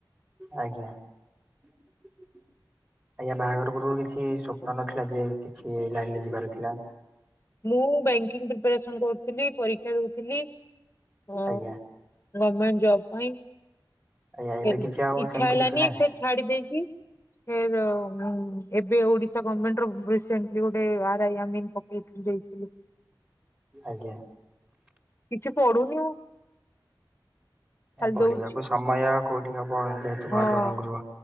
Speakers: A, on the right; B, on the left.
A: ଆଜ୍ଞା। ଆଜ୍ଞା ବାହାଘର ପୂର୍ବରୁ କିଛି ସ୍ୱପ୍ନ ନଥିଲା ଯେ କିଛି ଲାଇନରେ ଯିବାର ଥିଲା।
B: ମୁଁ ବ୍ୟାଙ୍କିଙ୍ଗ ପ୍ରିପାରେସନ୍ କରୁଥୁଲି ପରୀକ୍ଷା ଦୋଉଥିଲି ଉଁ।
A: ଆଜ୍ଞା
B: ଗମେଣ୍ଟ ଜବ୍ ପାଇଁ
A: ଆଜ୍ଞା ଏବେ
B: ତେରୁ
A: କିଛି ଆଉ
B: ଇଚ୍ଛା
A: ସେମିତି
B: ହେଲାନି
A: କିଛି ନାହିଁ
B: ଛାଡି ଦେଇଚି ଏର ମୁଁ ଏବେ ଓଡିଶା ଗମେଣ୍ଟର ବେଶ ବ୍ୟାଙ୍ଗଲୋରରେ ଆର୍ ଆଇ ଆମ୍ ମିନ୍ ପକେଇଥି ଦେଇଥିଲି।
A: ଆଜ୍ଞା।
B: କିଛି ପଢୁନି ମୁଁ। ଖାଲି
A: ଏ ପଢିବାକୁ
B: ଦଉଛି
A: ସମୟ କୋଉଠି ହବ ଯେହେତୁ
B: ହଁ
A: ଘରଗ ଗୃହ